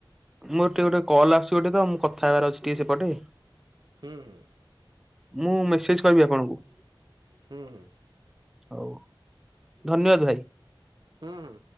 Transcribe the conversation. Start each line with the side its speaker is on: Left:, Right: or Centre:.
Centre: ମୋର ଟିକେ ଗୋଟେ କଲ ଆସୁଚି ଗୋଟେ ତ ମୁଁ କଥା ହେବାର ଅଛି ଟିକେ ସେପଟେ।
Right: ହୁଁ ହୁଁ।
Centre: ମୁଁ ମେସେଜ କରିବି ଆପଣଙ୍କୁ।
Right: ହୁଁ ହୁଁ।
Centre: ହଉ ଧନ୍ୟବାଦ ଭାଇ।
Right: ହୁଁ ହୁଁ।